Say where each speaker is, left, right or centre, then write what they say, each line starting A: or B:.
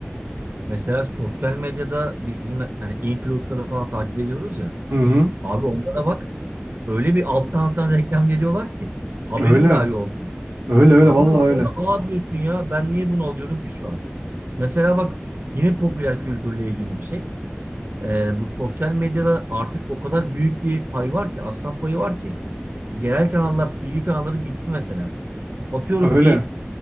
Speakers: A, on the right; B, on the right.
A: mesela sosyal medyada bizim hani influencer'ları falan takip ediyoruz ya.
B: Hı hı.
A: Abi onlara bak öyle bir alttan alttan reklam veriyorlar ki haberin
B: Öyle.
A: dahi yok.
B: Öyle öyle
A: Anladın
B: vallahi
A: mı?
B: öyle.
A: Sonra aa diyorsun ya ben niye bunu alıyorum ki şu an? Mesela bak yine popüler kültürle ilgili bir şey. Ee, bu sosyal medyada artık o kadar büyük bir pay var ki aslan payı var ki. Yerel kanallar, TV kanalları bitti mesela. Atıyorum
B: Öyle.
A: bir